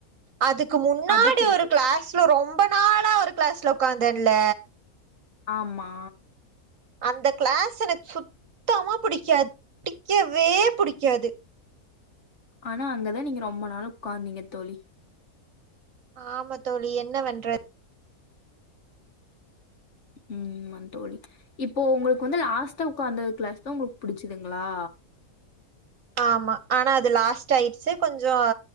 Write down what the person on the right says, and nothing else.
அதுக்கு முன்னாடி
ஒரு கிளாஸ்ல ரொம்ப நாளா ஒரு கிளாஸ்ல உக்காந்தேன்ல.
அந்த க்ளாஸ் எனக்கு சுத்தமா புடிக்காது புடிக்கவே புடிக்காது.
ஆமா தோழி என்ன வண்றத்
ஆமா ஆனா அது லாஸ்ட்டா ஆயிருச்சு கொஞ்சோ